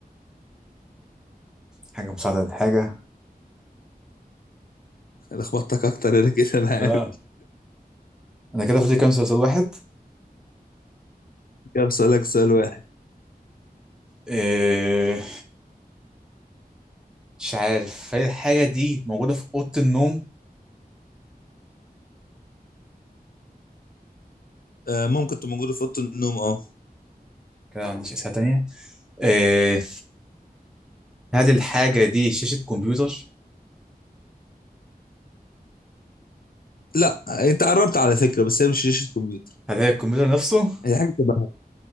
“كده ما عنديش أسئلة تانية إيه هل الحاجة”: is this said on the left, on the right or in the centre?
Centre